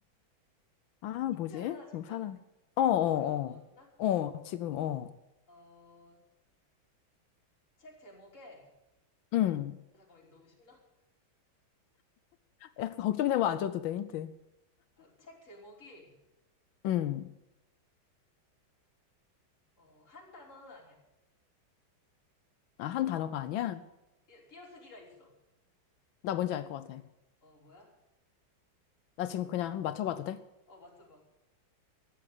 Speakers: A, on the left; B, on the left.
A: 아,
B: 힌트를
A: 뭐지?
B: 하나 줄까?
A: 뭐 사람. 어, 어,
B: 너무 어려, 어, 어렵나?
A: 어. 어, 지금, 어.
B: 어, 어, 책 제목에,
A: 음.
B: 잠깐만, 이거 너무 쉽나?
A: 약간 걱정되면 안 줘도 돼, 힌트.
B: 어, 책 제목이,
A: 음.
B: 어, 한 단어는 아니야.
A: 아, 한 단어가 아니야?
B: 띄, 띄어쓰기가 있어.
A: 나 뭔지 알 것 같아.
B: 어, 뭐야?
A: 나 지금 그냥 한번 맞춰봐도 돼?
B: 어, 맞춰봐.